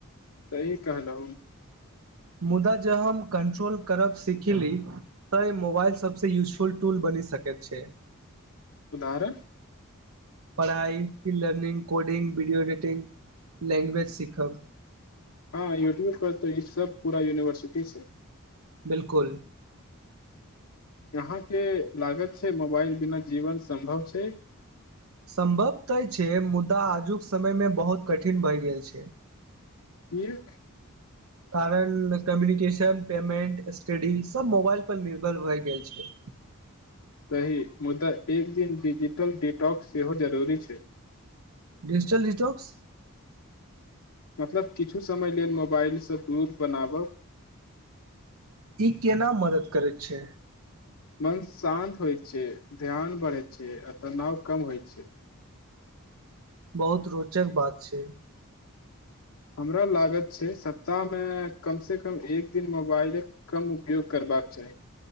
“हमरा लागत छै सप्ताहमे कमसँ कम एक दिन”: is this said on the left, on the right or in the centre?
Left